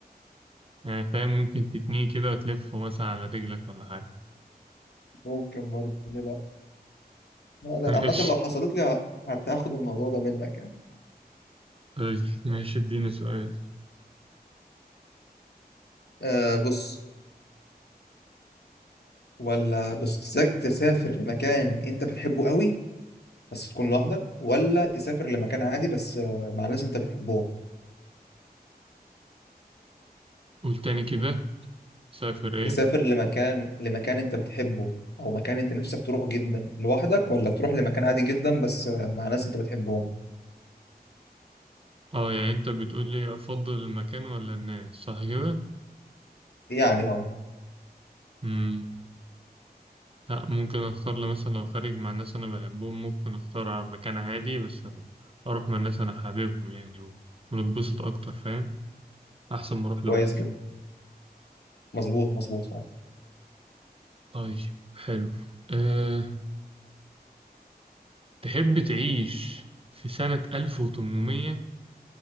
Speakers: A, on the right (about 35°); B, on the left (about 85°).
A: يعني فاهم ممكن تتنيه كده وتلفه مثلا على رجلك ولا حاجة
B: ممكن برضه ليه لا لا لا،
A: <laughs> ماشي
B: عامه لو حصلت لي ه- هتاخد الموضوع ده منك يعني
A: طيب، ماشي اديني سؤال
B: أه بص ولا بص تسا- تسافر لمكان انت بتحبه قوي بس تكون لوحدك ولا تسافر لمكان عادي بس آه، مع ناس انت بتحبهم
A: قول تاني كده سافر ايه
B: تسافر لمكان لمكان انت بتحبه او مكان انت نفسك تروحه جدا لوحدك ولا تروح لمكان عادي جدا بس آه، مع ناس انت بتحبهم
A: اه يعني انت بتقول لي افضل المكان ولا الناس صح كده
B: يعني اه
A: مم. لا ممكن اختار لو مثلا لو خارج مع ناس انا بحبهم ممكن اختار على مكان عادي بس اروح مع ناس انا حاببهم يعني و- ونتبسط اكتر فاهم احسن ما اروح
B: كويس
A: لوحدي
B: جدا مظبوط مظبوط فعلا
A: طيب حلو أه تحب تعيش في سنة 1800